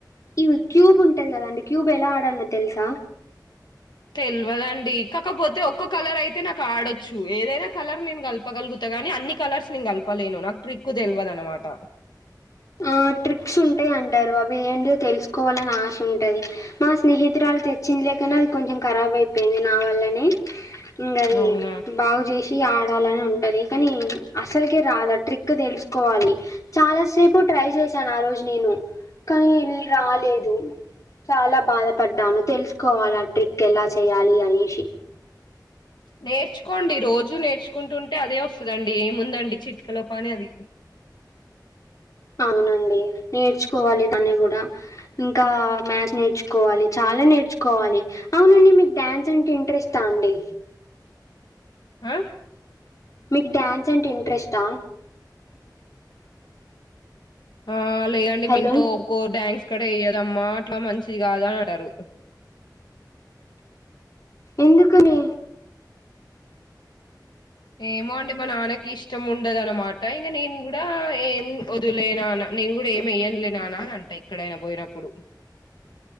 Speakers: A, on the left; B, on the left.
A: ఇవి క్యూబ్ ఉంటది గదండి క్యూబ్ ఎలా ఆడాలొ తెలుసా
B: తెల్వదండి కాకపోతే ఒక్క కలర్ అయితే నాకు ఆడొచ్చు ఏదైనా కలర్ నేను గలపగలుగుత గని అ న్ని కలర్స్ నెన్ గల్పలేను నాకు ట్రిక్కు తెల్వదు అనమాట
A: ఆ ట్రిక్స్ ఉంటయ్ అంటరు అవి ఏంటియొ తెలుసుకోవాలని ఆశ ఉంటది మా స్నేహితురాలు త్ చ్చింది లెక్కనె అది కొంచెం ఖరాబ్ అయిపోయింది నా వల్లనె ఇంగ అది
B: అవునా
A: బాగు జెష్ ఆడాలని ఉంటది కనీ అసెల్కె రాదా ట్రిక్ తెలుసుకోవాలి చాలాసేపు ట్రై చేశాను ఆ రోజు నేను కనీ రాలేదు చాలా బాధపడ్డాను తెలుసుకోవాలి ఆ ట్రిక్ ఎలా చేయాలి అనేశి
B: నేర్చుకోండి రోజూ నేర్చుకుంటుంటే అదే వస్తదండి ఏముందండి చిట్కలో పనది
A: అవునండి నేర్చుకోవాలి దాన్ని గుడా ఇంకా మ్యాథ్స్ నేర్చుకోవాలి చా లా నేర్చుకోవాలి అవునండి మీకు డ్యాన్స్ అంటే ఇంట్రెస్టా అండి
B: అ
A: మీకు డ్యాన్స్ అంటె ఇంట్రెస్టా
B: ఆ లేదండి
A: హలో!
B: మ ఇంట్లో ఒప్పుకొరు డాన్స్ కుడ ఎయ్యో దమ్మ అట్లా మంచిది గాదు అని అంటరు
A: ఎందుకనీ
B: ఏమో అండి మా నాన్నకి ఇష్టం ఉండదనమాట ఇంగ నేను గుడా ఏం వదిలే నాన నేను గుడా ఏమి ఎయ్యన్లే నాన్న అని అంట ఎక్కడైనా బొయినప్పుడు